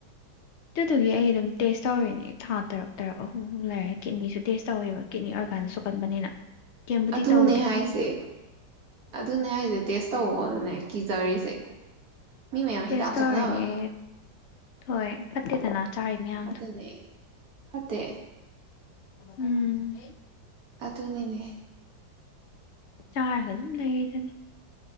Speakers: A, on the left (about 60°); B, on the right (about 60°).
A: ꯑꯗꯨ ꯊꯒꯔꯝ ꯇꯦꯁ ꯇꯧꯔꯦꯅꯦ ꯊꯥ ꯇꯔꯨꯛ ꯇꯔꯛ ꯑꯍꯨꯝ ꯑꯨꯝ ꯂꯩꯔꯦꯤꯅꯤꯁꯨ ꯇꯦꯁ ꯇꯧꯋꯦꯕ ꯀꯤꯠꯅꯤ ꯀꯥꯟꯅ ꯁꯣꯛꯀꯟꯕꯅꯤꯅ ꯀꯦꯝꯕꯨꯗꯤ
B: ꯑꯗꯨꯅꯦ
A: ꯇꯧꯗꯦ
B: ꯍꯥꯏꯁꯦ ꯑꯗꯨꯅꯦ ꯍꯥꯏꯁꯦ ꯇꯦꯁ ꯇꯧꯑꯣ ꯑꯗꯨꯅꯦ ꯀꯤꯖꯔꯤꯁꯦ ꯃꯤ ꯃꯌꯥꯝ
A: ꯇꯦꯁ
B: ꯍꯤꯗꯥꯛ
A: ꯇꯧꯔꯤꯅꯦ
B: ꯆꯅꯕ
A: ꯍꯣꯏ ꯐꯠꯇꯦꯗꯅ ꯆꯥꯔꯤ ꯃꯌꯥꯝꯗ
B: ꯑꯗꯨꯅꯦ ꯐꯠꯇꯦ
A: ꯎꯝ
B: ꯑꯗꯨꯅꯤꯅꯦ
A: ꯆꯥꯔꯒ ꯑꯗꯨꯝ ꯂꯩꯔꯗꯨꯅꯤ